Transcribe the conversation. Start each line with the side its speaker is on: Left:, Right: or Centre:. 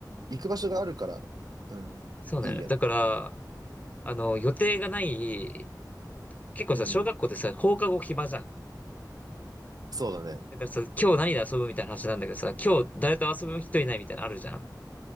Right: 行く場所があるから、うん、
Left: そうなのよね。
Right: いいやん。
Left: だから、あの、予定がない、結構さ、
Right: うんうん。
Left: 小学校ってさ、放課後暇じゃん。
Right: そうだね。
Left: だからさ、今日何で遊ぶみたいな話なんだけどさ、今日誰と遊ぶ人いないみたいなのあるじゃん。